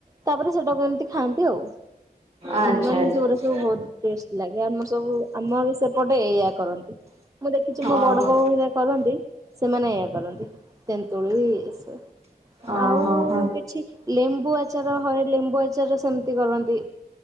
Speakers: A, on the right (about 20°); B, on the right (about 40°).
A: ତା <inaudible> ଏମିତି ଖାଆନ୍ତି ଆଉ।
B: ଆଚ୍ଛା
A: ମାନେ
B: ଆଚ୍ଛା
A: ସେଗୁରା ସବୁ ବହୁତ ଟେଷ୍ଟ ଲାଗେ ଆମର ସବୁ ଆମର ସେପଟେ ଏଇୟଆ କରନ୍ତି ମୁଁ ଦେଖିଛି ମୋ
B: ଓହୋ
A: ବଡ ବୋଉ ହେଆ କରନ୍ତି। ସେମାନେ ଏଇଆ କରନ୍ତି ତେନ୍ତୁଳି ଇଏ ସେ
B: ଓହୋ
A: ଆଉ
B: ହୋ
A: କିଛି ଲେମ୍ବୁ ଆ ଚାର ହଁ ଲେମ୍ବୁ ଆଚାର ସେମିତି କରନ୍ତି।